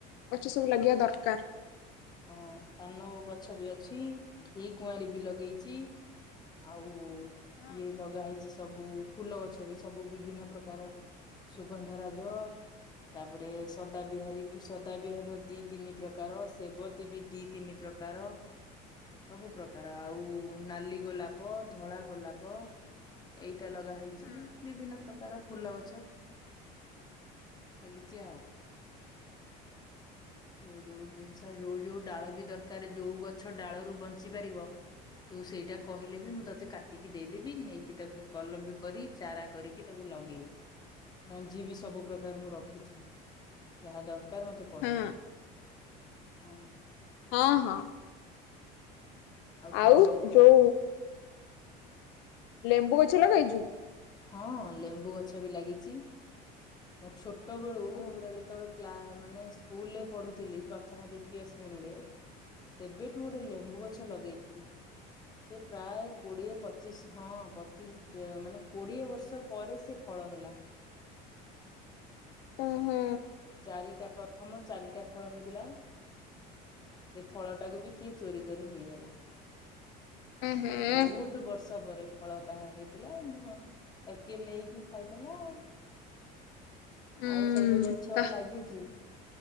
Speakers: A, on the left (about 75°); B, on the left (about 20°).
A: ଗଛ ସବୁ ଲାଗିବା ଦରକାର।
B: ହଁ ପାନୋଓଉ ଗଛ ବି ଅଛି ଘି କୁଆଁରି ବି ଲଗେଇଛି। ଆଉ
A: ହଁ
B: ଇଏ ଲଗା ହେଇଛି ସବୁ ଫୁଲ ଗଛ ବି ସବୁ ବିଭିନ୍ନ ପ୍ରକାର ସୁଗନ୍ଧ ରାଜ। ତାପରେ ସଦା ବିିହାରୀଠୁ ସଦା ବିିହାରୀର ଦି ତିନି ପ୍ରକାର ସେବ ବି ଦି ତିନି ପ୍ରକାର। ସବୁ ପ୍ରକାର ଆଉ ନାଲି ଗୋଲାପ ଧଳା ଗୋଲାପ। ଏଇଟା ଲଗା ହେଇଛି,
A: ହଁ
B: ବିଭିନ୍ନ ପ୍ରକାର ଫୁଲ ଗଛ, ଲାଗିଛି ଆଉ। ଯୋଉ ଯୋଉ ଜିନିଷ ଯୋଉ ଯୋଉ ଡାଳ ବି ଦରକାର, ଯୋଉ ଗଛ ଡାଳରୁ ବଞ୍ଚି ପାରିବ ତୁ ସେଇଟା କହିଲେ ବି ମୁଁ ତତେ କାଟିକି ଦେଇଦେବି, ନେଇକି ତାକୁ କଲମ୍ୱି କରି ଚାରା କରିକି ତାକୁ ଲଗେଇବୁ। ମଞ୍ଜି ବି ସବୁ ପ୍ରକାର ମୁଁ ରଖିଛି। ଯାହା ଦରକାର ମତେ କହିବୁ।
A: ହଁ
B: ହଁ।
A: ହଁ ହଁ। ଆଉ
B: ତାହେଲେ ବା
A: ଯୋଉ ଲେମ୍ବୁ ଗଛ ଲଗେଇଚୁ?
B: ହଁ ଲେମ୍ବୁ ଗଛ ବି ଲାଗିଚି। ମୁଁ ଛୋଟବେଳୁ
A: ହଁ।
B: ପୁରା ଯେତେବେଳେ କ୍ଲା ମାନେ ସ୍କୁଲରେ ପଢୁଥିଲି, ପ୍ରଥମ ଦ୍ଵିତୀୟ ଶ୍ରେଣୀରେ କେବେଠୁ ଗୋଟେ ଲେମ୍ବୁ ଗଛ ଲଗେଇଥିଲି ସେ ପ୍ରାୟ କୋଡିଏ ପଚିଶ ହଁ ପଚିଶ ଯେ ମାନେ କୋଡିଏ ବର୍ଷ ପରେ ସିଏ ଫଳ ହେଲା।
A: ଓହୋ
B: ଚାରିଟା ପ୍ରଥମ ଚାରିଟା ଫଳ ହେଇଥିଲା। ସେ ଫଳଟାକୁ ବି କିଏ ଚୋରି କରି ନେଇଗଲା।
A: ଉହୁଁ
B: ବହୁତ ବର୍ଷ ପରେ ଫଳଟା ହେଇଥିଲା, ମ କିଏ ନେଇକି ଖାଇଦେଲା ଆଉ।
A: ଉଁ
B: ଆଉ ସବୁ ଗଛ
A: ତା
B: ଲାଗିଚି